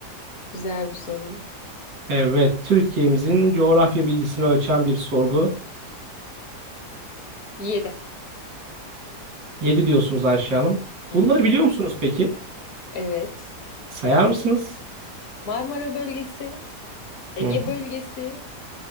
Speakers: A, on the left (about 60°); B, on the right (about 85°).
A: güzel bir soru.
B: Evet, Türkiye'mizin coğrafya bilgisini ölçen bir sorgu.
A: Yedi.
B: Yedi diyorsunuz Ayşe Hanım.
A: Hı
B: Bunları
A: hı.
B: biliyor musunuz peki?
A: Evet.
B: Sayar mısınız?
A: Marmara bölgesi, Ege
B: Hı
A: bölgesi,